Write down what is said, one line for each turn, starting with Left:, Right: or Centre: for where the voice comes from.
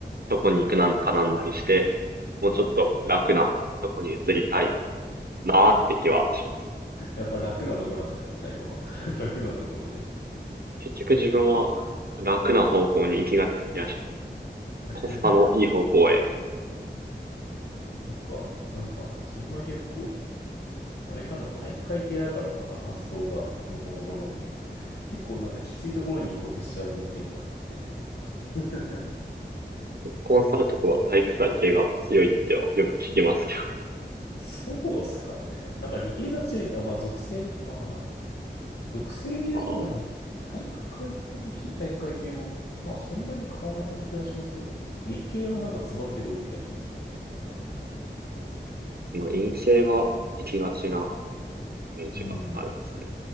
Right: とこに行くなんかなんなりして、もうちょっと楽なとこに移りたいなーって気はします。
Left: やっぱ楽なところなんですか、やっぱ最後は。<laughs> 楽なところで。
Right: 結局自分は楽な方向に行きがちな気がします。
Left: そ
Right: コスパのいい方向へ
Left: っか、なんか自分は結構、あれかな、体育会系だからかな、発想が、もともとの。結構なんかきついところに行こうとしちゃう人間なんですよね、自分は。<laughs>
Right: コンサルとかは体育会系が強いってはよく聞きますけ
Left: そうっすかね。なんか理系が強いって、あ、まあ属性、まあ、属性で言うと、
Right: ど。
Left: まあ理、
Right: あ
Left: 体育会系も非体育会系も、まあそんなに変わらない気はしますけど、理系はなんかずば抜けて多い気がしますけどね、なんとなく。
Right: あ、まあ陰性が行きがちなイメージがありますね。
Left: うん。